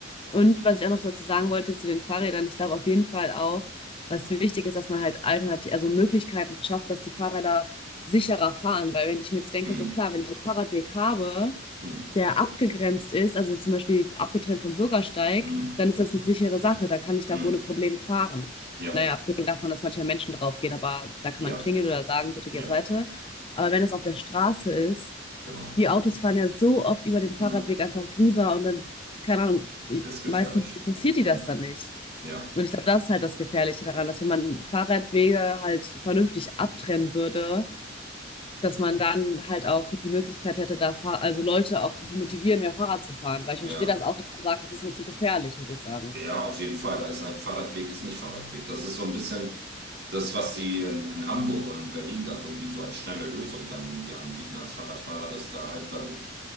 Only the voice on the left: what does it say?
Und was ich auch noch dazu sagen wollte zu den Fahrrädern, ich glaube auf jeden Fall auch, was wichtig ist, dass man halt alternativ, also Möglichkeiten schafft, dass die Fahrräder sicherer fahren. Weil wenn ich mir jetzt denke,
so klar, wenn ich einen Fahrradweg habe,
der abgegrenzt ist, also zum Beispiel abgetrennt vom Bürgersteig,
dann ist das eine sichere Sache. Dann kann ich da
ohne Probleme fahren.
Naja, abgesehen davon, dass manchmal Menschen draufgehen, aber da kann
man klingeln oder sagen, bitte
geh auf Seite. Aber wenn das auf der Straße ist,
die Autos fahren ja so oft über den Fahrradweg
einfach drüber und dann, keine Ahnung,
meistens interessiert die
das dann nicht.
Und ich glaube, das ist halt das Gefährliche daran, dass wenn man Fahrradwege halt vernünftig abtrennen würde, dass man dann halt auch die Möglichkeit hätte, da Fahr also Leute auch zu motivieren, mehr Fahrrad zu fahren. Weil ich
verstehe das auch, dass man sagt, das ist mir zu gefährlich, muss ich sagen.